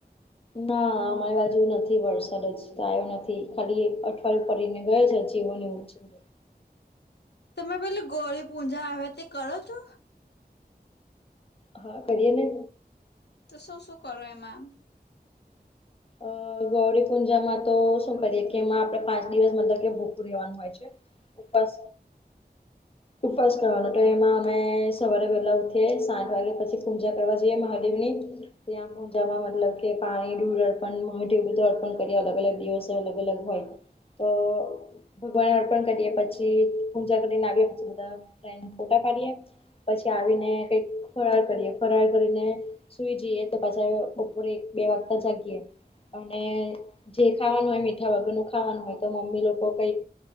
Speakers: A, on the left; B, on the left.
A: ના અમારી બાજુ નથી વરસાદ જ તો આવ્યો નથી ખાલી અઠવાડિયું પડીને ગયો છે. <unintelligible>
B: તમે પેલી ગૌરી પૂજા આવે તે કરો છો?
A: હા કરીએ ને.
B: તો શું શું કરો એમાં?
A: અ ગૌરી પુંંજામાં તો શું કરીએ કે એમાં આપડે પાંચ દિવસ મતલબ કે ભુખુ રહેવાનું હોય છે. ઉપાસ. ઉપવાસ કરવાનો તો એમાં અમે સવારે વહેલા ઉઠીએ સાત વાગે પછી પૂજા કરવા જઈએ મહાદેવ ની. ત્યાં પુજામાં મતલબ કે પાણી દૂધ બધ અર્પણ કરી અલગ અલગ દિવસે અલગ અલગ હોય તો. ભગવાને અર્પણ કરીએ પછી પૂજા કરીને આવ્યા પછી બધા ફોટા પાડીએ. પછી આવીને કઈક ફરાળ કરીએ ફરાર કરીને સુઈ જઈએ તો પાછા બપોરે બે વાગતા જાગીએ અને જે ખાવાનું હોય મીઠા વગર નું ખાવાનું હોય તો મમ્મી લોકો કઈક